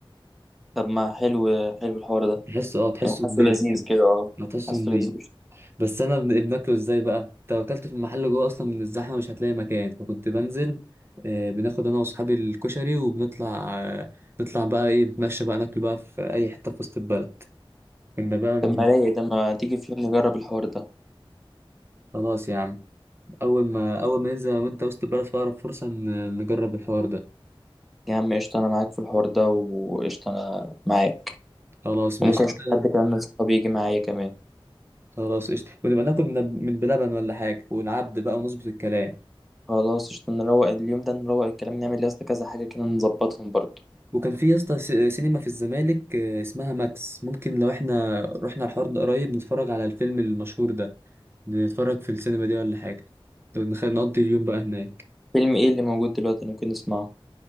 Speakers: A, in the centre; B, on the right.
A: طب ما حلو حلو الحوار ده
B: تحسه اه تحسه
A: يعني
B: نضيف
A: حاسه لذيذ
B: كده
A: كده اه
B: ما تحسه
A: حاسه
B: نضيف
A: لذيذ
B: بس انا بن- بناكله ازاي بقى توكلت في المحل جوه اصلا من الزحمه مش هتلاقي مكان فكنت بنزل آه، بناخد انا واصحابي الكشري وبنطلع آه، نطلع بقى ايه نتمشى بقى ناكل بقى في اي حته في وسط البلد كنا بقى من...
A: طب ما رايق ده ما تيجي في يوم نجرب الحوار ده
B: خلاص يا عم اول ما اول ما ننزل أنا وانت وسط البلد في اقرب فرصه ن- نجرب الحوار ده
A: يا عم قشطة انا معاك في الحوار ده وقشطة انا معاك
B: خلاص
A: وممكن
B: ماشي انت
A: اشوف حد كمان من صحابي يجي معايا كمان
B: خلاص قشطه ونبقى ناكل من من بلبن ولا حاجه والعبد بقى ونظبط الكلام
A: خلاص قشطة نروق اليوم ده نروق الكلام نعمل لسه كذا حاجة كده نظبطهم برضه
B: وكان في يا اسطى س- سينما في الزمالك آه، اسمها ماكس ممكن لو احنا رحنا الحوار ده قريب نتفرج على الفيلم المشهور ده نتفرج في السينما دي ولا حاجة ونخ- نقضي اليوم بقى هناك
A: فيلم ايه اللي موجود دلوقتي ممكن نسمعه